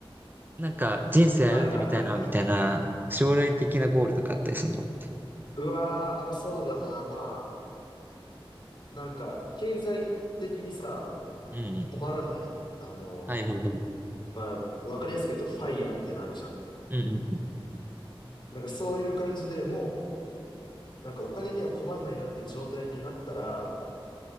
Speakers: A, on the right; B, on the left.
A: なんか人生歩んでみたいな、
B: はいはいはいはい。
A: みたいな、将来的なゴールとかあったりするの
B: うわー、そうだな。まあ、なんか、経済的にさ、
A: うん。
B: 困らないあの、
A: はいはいはい。うん
B: まあ、わかりやすく言うと、ファイヤーみたいなのあるじゃん。
A: うん。
B: なんかそういう感じでもう、なんかお金には困んないなって状態になったら、